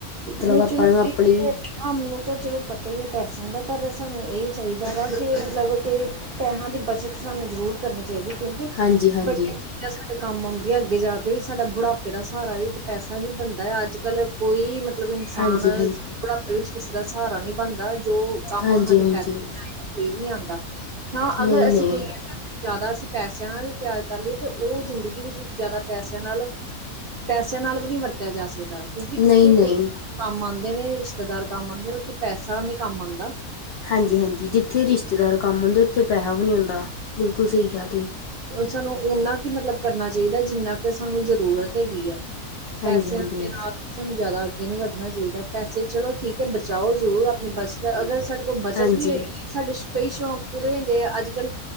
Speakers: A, on the left; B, on the right.
A: ਮਤਲਬ
B: ਨਹੀਂ
A: ਆਪਾਂ
B: ਚਲੋ
A: ਨੂੰ ਆਪਣੀ
B: ਫਿਰ ਤੇ ਨਾ ਨੂੰ ਤਾਂ ਚਲੋ ਪਤਾ ਹੀ ਹੈ ਪੈਸਿਆਂ ਦਾ ਪਰ ਸਾਨੂੰ ਇਹ ਚਾਹੀਦਾ ਵਾ ਕੇ ਮਤਲਬ ਕਿ ਪੈਸਿਆਂ ਦੀ ਬੱਚਤ ਸਾਨੂੰ ਜ਼ਰੂਰ ਕਰਨੀ ਚਾਹੀਦੀ ਕਿਉਂਕਿ
A: ਹਾਂਜੀ ਹਾਂਜੀ
B: ਬੜਿਆ ਚੀਜਾ ਜ ਸਾਡੇ ਕੰਮ ਆਉਂਦੀ ਆ ਅੱਗੇ ਜਾ ਕੇ ਵੀ, ਸਾਡਾ ਬੁਢਾਪੇ ਦਾ ਸਾਰਾ ਵੀ ਇੱਕ ਪੈਸਾ ਹੀ ਬਣਦਾ ਹੈ ਅੱਜ-ਕੱਲ੍ਹ। ਕੋਈ ਮਤਲਬ ਇਨਸਾਨ
A: ਹਾਂਜੀ ਹਾਂਜੀ
B: ਬੁਢਾਪੇ ਵਿੱਚ ਕਿਸੇ ਦਾ ਸਹਾਰਾ ਨਹੀਂ ਬਣਦਾ, ਜੋ ਕੰਮ
A: ਹਾਂਜੀ
B: ਸਾਡੇ
A: ਹਾਂਜੀ
B: ਪੈਸੇ ਆਏ ਕੋਈ ਵੀ ਨੀ ਆਂਦਾ। ਹਾਂ,
A: ਨਹੀਂ
B: ਅਗਰ
A: ਨਹੀਂ
B: ਅਸੀਂ ਕਹੀਏ ਘਰੇ ਜ਼ਿਆਦਾ ਅਸੀਂ ਪੈਸਿਆਂ ਨਾਲ ਵੀ ਪਿਆਰ ਕਰ ਲੀਏ, ਤੇ ਉਹ ਜ਼ਿੰਦਗੀ ਵਿੱਚ ਜ਼ਿਆਦਾ ਪੈਸਿਆਂ ਨਾਲ ਪੈਸਿਆਂ ਨਾਲ ਵੀ ਨੀ ਵਰਤਿਆ ਜਾ ਸਕਦਾ। ਕਿਉਂਕਿ
A: ਨਹੀਂ
B: ਜਿੱਥੇ
A: ਨਹੀਂ
B: ਕਈ ਲੋਕ ਕੰਮ ਆਂਦੇ ਨੇ ਰਿਸ਼ਤੇਦਾਰ ਕੰਮ ਆਂਦੇ ਨੇ, ਉੱਥੇ ਪੈਸਾ ਨਹੀਂ ਕੰਮ ਆਂਦਾ।
A: ਹਾਂਜੀ-ਹਾਂਜੀ, ਜਿੱਥੇ ਰਿਸ਼ਤੇਦਾਰ ਕੰਮ ਆਉਂਦੇ ਉੱਥੇ ਪੈਸਾ ਵੀ ਨੀ ਆਉਂਦਾ, ਬਿਲਕੁਲ ਸਹੀ ਕਿਹਾ ਤੁਹੀ।
B: ਸਾਨੂੰ ਓਨਾ ਕੁ ਮਤਲਬ ਕਰਨਾ ਚਾਹੀਦਾ, ਜਿੰਨਾ ਕਿ ਸਾਨੂੰ ਜ਼ਰੂਰਤ ਹੈਗੀ ਆ। ਪੈਸਿਆਂ
A: ਹਾਂਜੀ ਹਾਂਜੀ
B: ਦੇ ਨਾਲ ਤੁਹਾਨੂੰ ਜਿਆਦਾ ਅੱਗੇ ਨਹੀਂ ਵਧਣਾ ਚਾਹੀਦਾ, ਪੈਸੇ ਚਲੋ ਠੀਕ ਐ ਬਚਾਓ ਜ਼ਰੂਰ, ਆਪਣੀ ਬੱਚਤ ਅਗਰ ਸਾਡੇ ਉਹ ਬੱਚਤ
A: ਹਾਂਜੀ
B: ਵੀ ਹੋਏਗੀ, ਸਾਡੇ ਕਈ ਸ਼ੌਕ ਪੂਰੇ ਹੋ ਜਾਂਦੇ ਆ, ਅੱਜ-ਕੱਲ